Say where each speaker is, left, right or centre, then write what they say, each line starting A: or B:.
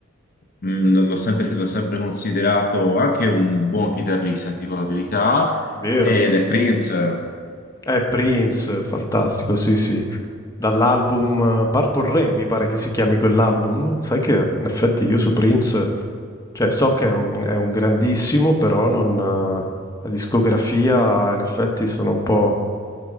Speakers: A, on the left; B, on the left.
A: mh, l'ho sempre, l'ho sempre considerato anche un buon chitarrista, ti dico la verità,
B: Vero.
A: ed è Prince.
B: È Prince, fantastico, sì, sì. dall'album eh, Purple Rain, mi pare che si chiami quell'album. Sai che in effetti io su Prince, cioè so che è un, è un grandissimo, però non, eh, la discografia in effetti sono un po',